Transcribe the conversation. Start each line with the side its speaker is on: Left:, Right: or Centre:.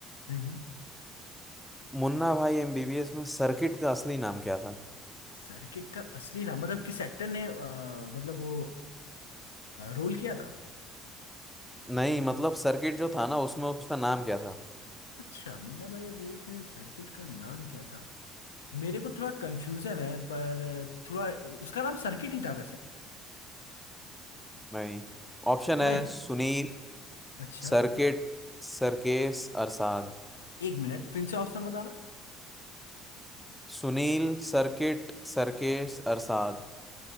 Left: हम्म
Centre: मुन्ना भाई एमबीबीएस में सर्किट का असली नाम क्या था
Left: सर्किट का असली नाम मतलब किस एक्टर ने अ, मतलब वो रोल किया था
Centre: नहीं मतलब सर्किट जो था ना उसमें उसका नाम क्या था
Left: अच्छा मुन्ना भाई मूवीज में सर्किट का नाम क्या था मेरे को थोड़ा कंफ्यूजन है पर थोड़ा उसका नाम सर्किट ही था वैसे
Centre: नहीं ऑप्शन
Left: थोड़ा
Centre: है
Left: ही
Centre: सुनील
Left: अच्छा
Centre: सर्किट सरकेश अरसाद
Left: एक मिनट फिर से ऑप्शन बताना
Centre: सुनील सर्किट सर्केश अरसाद